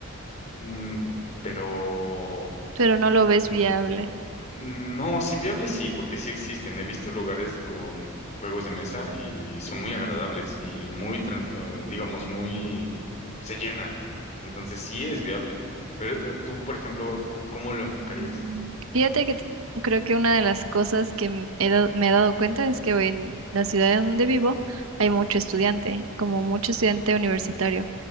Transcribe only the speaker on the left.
mm, pero
no
sé. No, sí viable sí, porque sí existen. He visto lugares con juegos de mesa y son muy agradables y muy, trans- eh, digamos, muy, se llenan. Entonces sí es viable. Pero eh, tú, por ejemplo, ¿cómo, cómo lo enfocarías?